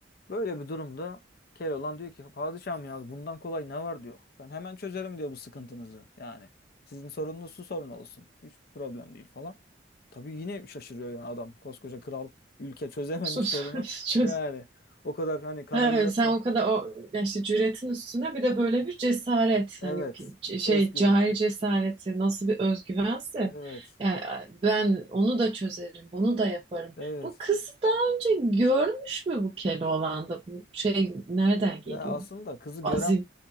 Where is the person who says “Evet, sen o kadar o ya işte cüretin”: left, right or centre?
Right